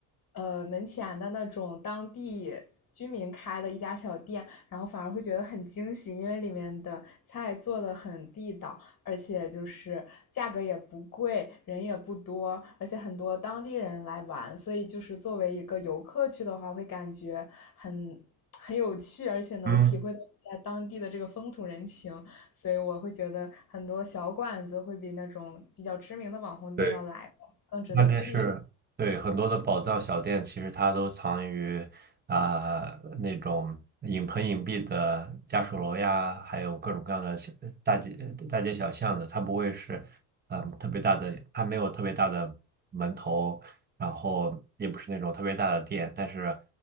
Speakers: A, on the left; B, on the right.
A: 呃，门前的那种当地。居民开的一家小店，然后反而会觉得很惊喜，因为里面的菜做的很地道，而且就是价格也不贵，人也不多，而且很多当地人来玩，所以就是作为一个游客去的话，会感觉很很有趣，而且能体会到一下当地的这个风土人情，
B: 嗯，
A: 所以我会觉得很多小馆子会比那种比较知名的网红店要来的更值得去一下。
B: 对。那真是对很多的宝藏小店，其实它都藏于啊、那种隐棚隐蔽的家属楼呀，还有各种各样的小大街大街小巷的，它不会是嗯特别大的，它没有特别大的门头，然后也不是那种特别大的店，但是